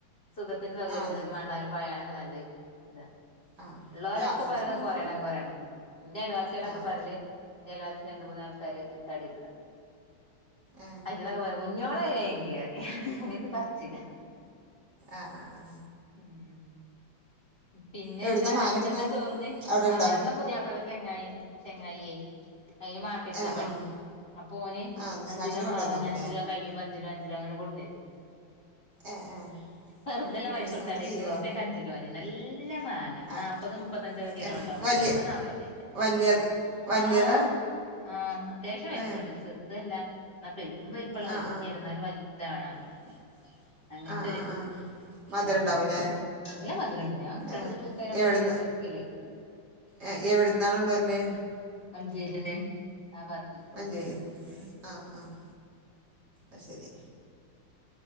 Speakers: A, on the left (about 30°); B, on the right (about 55°).
A: സുഖത്തിനും സൗകര്യത്തിനും
B: ആ അതന്നെ
A: മണ്ടാനും പായാനൊക്കെ നല്ലഹ് താ
B: ആ
A: ഇള്ളോലോ
B: അല്ല ആവശ്യത്തിന്
A: ക്കെ പറയണെ
B: മാങ്ങ
A: കൊറ്യണം
B: വേണം
A: കൊറ്യണംന്നാ ന്റെ അയൽ വാസിയളോക്കെ
B: ആ
A: പറയല് ന്റെ അയൽ വാസി രണ്ട് മൂന്നാൾക്കാര് തടിള്ളതാ
B: ഏ
A: അയിറ്റോളോക്കെ പറയും കുഞ്ഞോളെങ്കിറി പ ചില്ല
B: ആ ആ ആ
A: ഉം പിന്നെ
B: എവിടുന്നാ
A: എ ന്താ
B: മാങ്ങ
A: അനക്
B: എവിടുന്നാ
A: എന്താ ചോറിന്
B: അവിടെണ്ടോ
A: മാങ്ങ പുതിയാപ്ലന്റ ചെങ്ങായ്‌ ചെങ്ങായിയെ അയ്ന് മാർക്കറ്റില
B: ആഹ്
A: പണി
B: ആഹ്
A: അപ്പൊ ഓന്
B: ആഹ് അത് ശരി
A: അഞ്ചലോ
B: അങ്ങനെ കൊണ്ടുവന്നാവൂലേ
A: മാങ്ങ അങ്ങനെ അഞ്ചിലോ കഴിയുമ്പോ അ ഞ്ചുലോ അഞ്ചുലോ അങ്ങനെ കൊണ്ട്ന്നരും
B: ഏഹ് ഏഹ്
A: വെറുതെല്ലാ
B: രണ്ടീസം
A: പയസ കൊടുത്താണ്
B: കൊണ്ട് തീരുവോ
A: ഇരുന്നൂറുപ്യക് അഞ്ചിലോ നല്ല മാങ്ങ
B: ആഹ്
A: നാല്പ്പത് മുപ്പത്തഞ്ചൊക്കെ കിലോ
B: ഏഹ്
A: ണ്ടാവുള്ളൂ
B: വല്യ
A: ചിലപ്പോ നാല്പ്പത്യയ്കാര
B: വല്യത് വല്യതാ
A: ആഹ് ആഹ് അത്യാവശ്യം വലിപ്പള്ളഹ്
B: ഏഹ്
A: ചെറുതല്ല എന്നാ പെരു വലിപ്പള്ള വല്ല്യല്ല
B: ആഹ് ആഹ്
A: എന്നാലും വൽ താണ്
B: <inaudible>
A: അങ്ങൻത്തെരു
B: ആഹ് ആഹ് ആഹ് മധുരം
A: ആഹ്
B: ഉണ്ടാവൂലേ
A: നല്ല മധുരണ്ട് ഞാൻ കുട്ട്യേൾക്
B: ഏഹ്
A: സ്കൂൾട്ട രംമ്പതാ
B: എവിടുന്ന്
A: ജുസട്കല്
B: ഏഹ് എവിടുന്നാ കൊണ്ടോര്ല്
A: മഞ്ചേരിന്ന് ആ ഭാഗത്ത്ന്ന്
B: മഞ്ചേരിന്ന് ആഹ് ആഹ് അഹ് ശരി